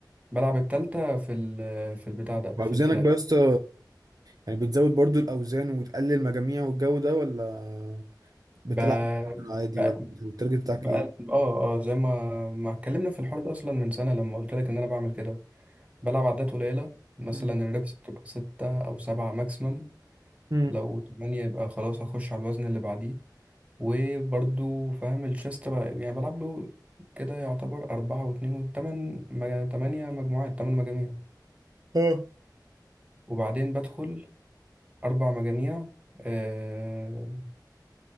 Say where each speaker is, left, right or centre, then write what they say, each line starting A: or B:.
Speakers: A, on the right; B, on the right.
A: بلعب التالتة في ال في البتاع ده
B: واوزانك
A: في الفلات
B: بقى يا اسطى يعني بتزود برضو الاوزان وتقلل مجاميع والجو ده ولا بتلعب
A: ب...
B: عادي
A: ب...
B: ولا بت- التارجت بتاعك
A: بقى
B: ايه
A: اه اه زي ما ما اتكلمنا في الحوار ده اصلا من سنة لما قلت لك ان انا بعمل كده بلعب عدات قليلة مثلا
B: مم.
A: الريبس بتبقى ستة او سبعة ماكسيمم
B: مم.
A: لو تمانية يبقى خلاص هخش على الوزن اللي بعديه وبرضو فاهم الشيس تبع يعني بلعب له كده يعتبر أربعة واتنين والتمن مج... تمانية مجموعات تمن مجاميع
B: اه
A: وبعدين بدخل أربع مجاميع آه...